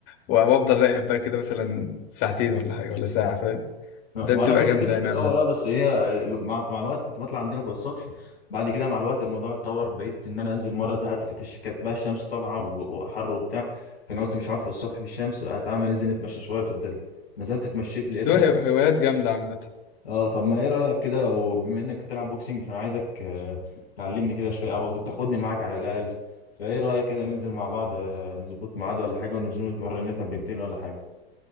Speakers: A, on the left; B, on the left.
A: وافضل راقب بقى كده مثلا ساعتين ولا حاجة ولا ساعة فاهم
B: ما
A: ده بتبقى
B: انا كنت
A: جامدة
B: كده
A: يعني
B: في الاول
A: عامة
B: اه بس هي مع مع الوقت كنت بطلع عندنا فوق السطح بعد كده مع الوقت الموضوع اتطور بقيت ان انا انزل مره زهقت كانت الش- كانت بقى الشمس طالعه و- وحر وبتاع فانا قلت مش هقعد في السطح في الشمس تعالى ما ننزل نتمشى شويه في الظل نزلت اتمشيت لقيتها
A: بس هو هو- هوايات جامدة عامة
B: اه طب ما ايه رايك كده لو بما انك بتلعب بوكسنج فانا عايزك آه، تعلمني كده شويه او تاخدني معاك على الاقل فايه رايك كده ننزل مع بعض آه، نظبط ميعاد ولا حاجه وننزل نتمرن لنا تمرينتين ولا حاجه